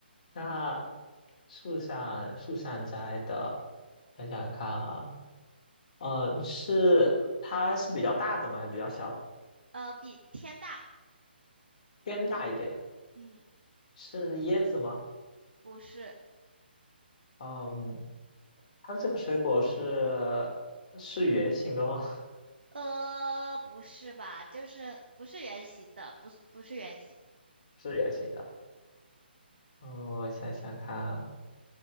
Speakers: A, on the left; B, on the right.
A: 那树上树上摘的，想想看啊，呃，是它是比较大的吗？还是比较小的？
B: <laughs> 呃，比天大。
A: 偏大一点的，
B: 嗯。
A: 是椰子吗？
B: 不是，
A: 嗯，它这个水果是是圆形的吗？<laughs>
B: 呃，不是吧？就是不是圆形的，不是不是圆形，
A: 是圆形的。嗯，我想想看啊